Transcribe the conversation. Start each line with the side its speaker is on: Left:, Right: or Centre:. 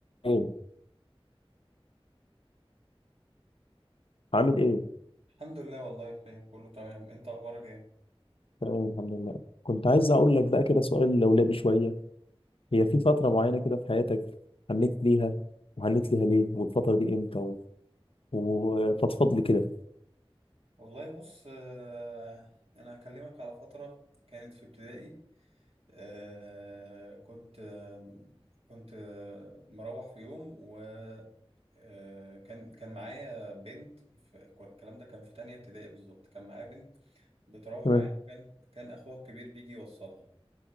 Left: ايه عامل ايه
Right: الحمد لله والله بخير كله تمام انت اخبارك ايه
Left: تمام الحمد لله كنت عايز اقول لك بقى كده سؤال لولبي شويه هي في فتره معينه كده في حياتك هنيت ليها وهنيت ليها ليه والفتره دي امتى و... وفضفض لي كده
Right: والله بص آه، انا هكلمك على فترة كانت في ابتدائي آه، كنت آه، كنت آه، مروح في يوم و آه، كان كان معايا بنت في الكلام ده كان في تانية ابتدائي بالظبط كان معايا بنت بتروح
Left: تمام
Right: معايا كان كان اخوها الكبير بيجي يوصلها